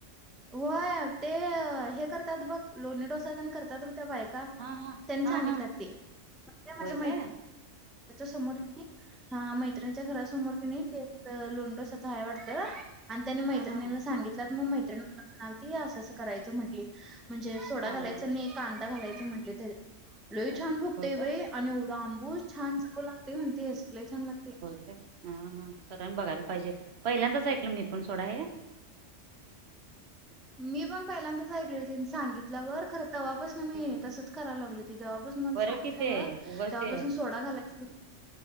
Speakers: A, in the centre; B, on the right (about 65°).
A: होय ते हे करतात बघ लोणी डोसाण करतात ब त्या बायक
B: हा हा
A: नी
B: हा
A: सांगित
B: हा
A: मा्या
B: होय
A: मै
B: काय
A: समोर हा मैत्रिणीच्या घरासमोर क ते लोंडोशच आहे वाटत आणि त्यानी
B: हा
A: मैत्रिणीला
B: हा
A: सांगितलं मग मैत्रिणी मला म्हणालती असं असं करायचं म्हटली म्हणजे सोडा
B: हा
A: घालायचं
B: हा
A: नाही कांदा घालायचं म्हटले ते लोई छान फुकते
B: होय काय
A: बाई आणि एवढा आंबू छान सगू लागते म्हणते असलाही छान लागते
B: हा हा कारराण बघायला पाहिजे पहिल्यांदाच ऐकलं मी पण सोडा हे
A: मी पण पहिल्यांदाच ऐकल हो त्यांनी सांगितल्यावर खर तवापस ना मी
B: हम्म
A: तसच कराय लागल त तेव्हापासून मला
B: बरं
A: सांगितलं
B: कि ते
A: ब
B: उगच
A: तेव्हापासून
B: ते
A: सोडा घालायचा